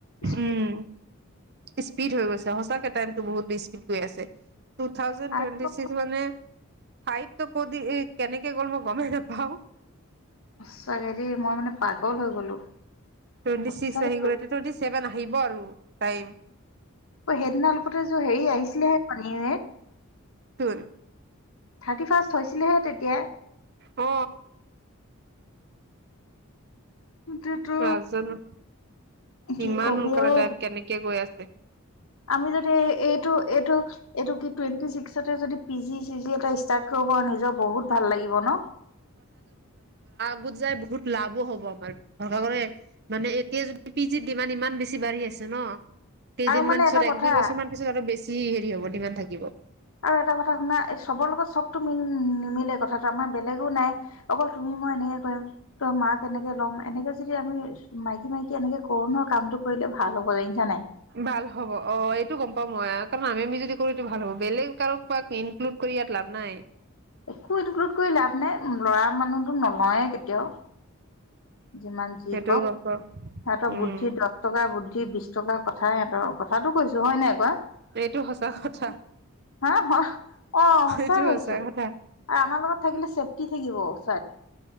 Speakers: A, on the left; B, on the right.
A: স্পীড।
B: উম স্পীড হৈ গৈছে, সঁচাকে টাইমটো বহুত স্পীড গৈ আছে। টু থাউজেন্ড
A: আৰু
B: টুৱেণ্টি ছিক্স মানে, ফাইতটো ক'দি কেনেকে গ'ল মই গমেই নাপাওঁ <unintelligible>
A: সঁচাকে দেই মই মানে পাগল হৈ গলো
B: টোৱেণ্টি
A: সঁচাকে
B: ছিক্স আহি টুৱেণ্টি চেভেন <unintelligible> আহিব আৰু টাইম
A: অ সেইদিনা অলপতে অ হেৰি আহিছিলে হে পানী
B: চোন
A: থাৰ্টি ফাৰ্ষ্ট হৈছিলেহে তেতিয়া
B: অ
A: এইটোতো
B: নাজানো
A: কি
B: ইমান
A: কবি
B: সোন কাল
A: ঐ
B: টাইম কেনেক গৈ আছে কে
A: আমি যদি এইটো এইটো এইটো কি টুৱেণ্টি ছিক্স যদি পি জি চি জি এটা ষ্টাৰ্ট কৰিব আৰু নিজৰ বহুত ভাল লাগিব ন
B: বহু যাই বহুত লাভো হ'ব আমাৰ ভৰা মানে এতিয়া য পিজিত ডিামান ইমান বেছি বাঢ়ি আছে ন কেইদিনমান
A: আৰু মানে
B: পিছত
A: এটা কথা
B: এক দুই বছৰমান পিছত আৰু বেছি যি হেৰি হ'ব ডিমান থাকিব
A: আৰু এটা কথা শুনা এই চবৰ লগত চবতটো মিল নিমিলে কথাটো আমাৰ বেলেগো নাই অকল তুমি মই এনেকে কৰিম ত মাক এনেকে লম এনেকে যদি আমি মাইকী মাইকী এনেকে কৰো ন কামটো কৰিলেও ভাল হ'ব জানিচ নাই
B: ভাল হ'ব অ এইটো গম পাওঁ মই কাৰণ আমি আমি যদি কৰো ভাল হ'ব বেলেগ কাৰো ক ইনক্লুড কৰি ইয়াত লাভ নাই
A: একো ইনক্লুড কৰি লাভ নাই ল'ৰা মানুহতো নলয়ে কে তেওঁ যিমান যি
B: সেইটোও
A: কওক
B: গম পাওঁ
A: সিঁহতৰ
B: উম
A: বুদ্ধি দহ টকাৰ বুদ্ধি সি বিশ টকাৰ কথা কথা এত কথাটো কৈছো হয় নাই কোৱা
B: এইটো সঁচা কথা
A: হা অ
B: এইটো
A: সঁচা হৈছো আৰু
B: কথা
A: আমাৰ লগত থাকিলে চছেফটি থাকিব চাই